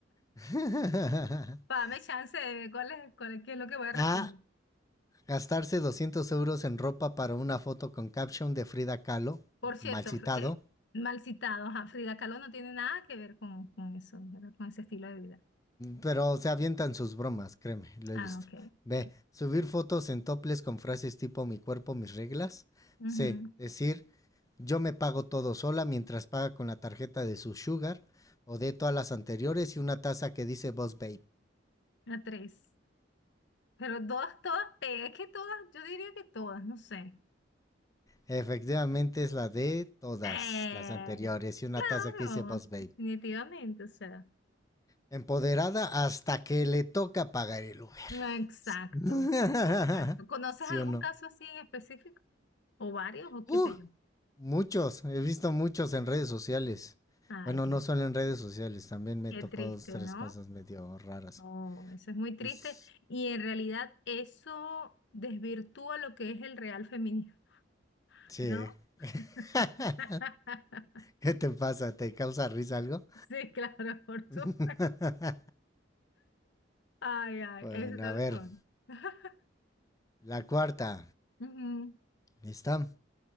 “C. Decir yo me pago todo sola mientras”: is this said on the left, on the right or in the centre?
Left